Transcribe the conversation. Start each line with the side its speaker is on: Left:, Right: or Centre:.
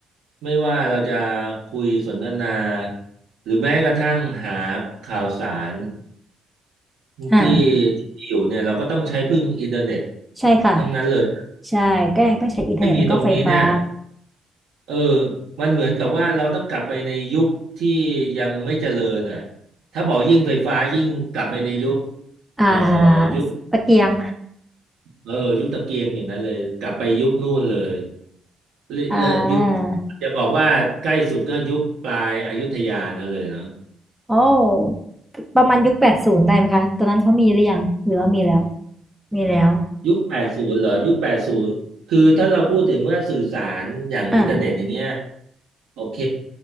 Right: ไม่ว่าเราจะคุยสนทนาหรือแม้กระทั่งหาข่าวสาร
Centre: อ่า
Right: ที่ที่อยู่เนี่ยเราก็ต้องใช้พึ่งอินเทอร์เน็ต
Centre: ใช่ค่ะ
Right: ทั้งนั้นเลย
Centre: ใช่ก็ยังต้องใช้อินเทอร์เน็ตแล้วก็ไฟฟ้า
Right: ไม่มีตรงนี้เนี่ย เออมันเหมือนกับว่าเราต้องกลับไปในยุคที่ยังไม่เจริญอ่ะถ้าบอกยิ่งไฟฟ้ายิ่งกลับไปในยุค
Centre: อ่า
Right: เอ่อยุค
Centre: ตะเกียง
Right: เออยุคตะเกียงอย่างนั้นเลย กลับไปยุคนู่นเลยและและยุค
Centre: อ่า
Right: จะบอกว่าใกล้สุดก็ยุคปลายอยุธยานั่นเลยเนาะ
Centre: โอ้ประมาณยุคแปดศูนย์ได้ไหมคะตอนนั้นเขามีหรือยัง หรือว่ามีแล้วมีแล้ว
Right: ยุคแปดสิบเหรอยุคแปดศูนคือถ้าเราพูดถึงว่าสื่อสารอย่างอินเทอร์เน็ตอย่างเงี้ย
Centre: อ่า
Right: โอเค